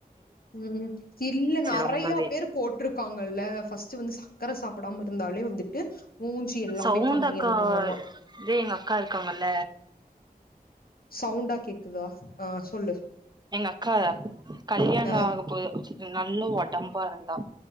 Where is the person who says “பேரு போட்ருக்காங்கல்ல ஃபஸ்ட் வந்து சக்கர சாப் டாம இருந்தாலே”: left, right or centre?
Left